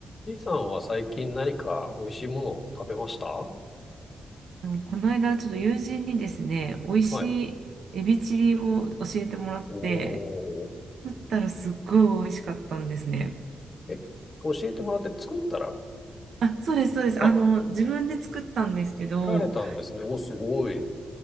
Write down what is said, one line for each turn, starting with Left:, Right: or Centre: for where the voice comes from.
Left: B さんは最近何か美味しいものを食べました
Right: あのこの間、ちょっと友人にですね、美味しいエビチリを教えてもらって、
Left: はい。おー。
Right: 作ったらすっごい美味しかったんですね。
Left: え、教えてもらって作ったら
Right: あ、そうです、そうです。
Left: あ、
Right: あの、自分で作ったんですけど、
Left: 見られたんですね。お、すごい。